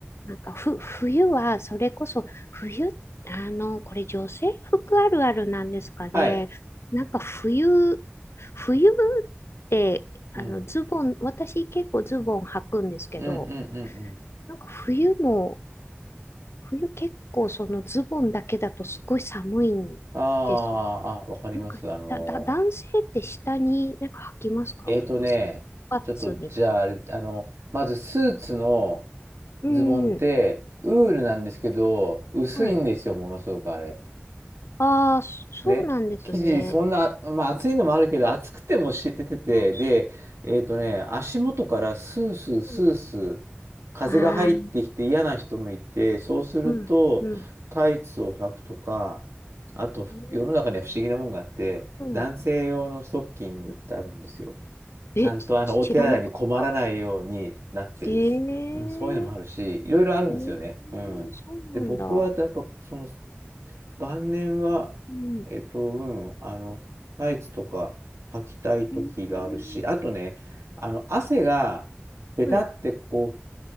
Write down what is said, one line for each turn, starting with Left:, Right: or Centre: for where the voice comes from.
Left: なんかふ、冬は、それこそ、冬、あの、これ女性服あるあるなんですかね。
Right: はい。
Left: なんか冬、冬って、あの、
Right: うん。
Left: ズボン、私結構ズボン履くんですけど、
Right: うん。うん。うん。うん
Left: なんか冬も、冬結構そのズボンだけだとすごい寒いんです。
Right: あーあ、わかります。
Left: なんか、
Right: あの、
Left: だ、だ、男性って下になんか履きますかそのスパッツみたい
Right: えーとね、ちょっと、じゃあ、あれ、あの、まず、スーツの
Left: な。
Right: ズボンって、
Left: うん。
Right: ウールなんですけど、薄いんですよ、
Left: はい。
Right: ものすごくあれ。
Left: ああ、そそうなんですね。
Right: で、生地、そんな、まあ暑いのもあるけど、暑くてもし出てて、
Left: あ
Right: で、えっとね、足元からスースースースー風が入ってきて嫌な人もいて、
Left: そうああ、う
Right: そうすると、
Left: ん、うん。
Right: タイツを履くとか、あと、
Left: ええ
Right: 世の中には不思議なもんがあって、
Left: うん、
Right: 男性用のストッキングってあるんですよ。
Left: うん。
Right: ちゃんとあの、
Left: え、知らなかった。
Right: お手洗いに困らないようになってる。
Left: ええ
Right: うん、そういうのもあるし、いろいろあるんですよね。
Left: えーそうなんだ。
Right: うん。で、僕はやっぱ、
Left: う
Right: その、晩年は、
Left: ん、
Right: えっと、うん、あの、タイツとか履きたい時があるし、
Left: うん、
Right: あとね、あの、汗が、ベタってこう、
Left: はい、